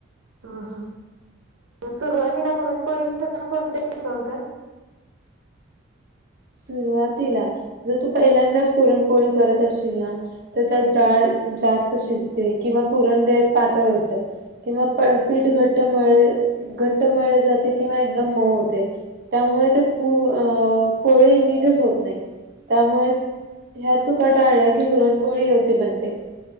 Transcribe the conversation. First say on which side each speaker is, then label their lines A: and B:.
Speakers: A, on the right; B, on the right.
A: हा, हा, सुरुवातीला पुरणपोळी कोणत्या सणाला बनवतात.
B: सुरुवातीला, जर तू पहिल्यांदाच पुरणपोळी करत असशील ना- तर त्यात डाळ जास्त- स्त शिजते किंवा पुरण ते पातळ होत्यात किंवा पीठ घट्ट मळले- घट्ट मळले जाते किंवा एकदम मऊ होते, त्यामुळे ते पू अ.. - पोळी नीटच होत नाही, त्यामुळे- ह्या चुका टाळल्या की, पुरणपोळी योग्य बनते.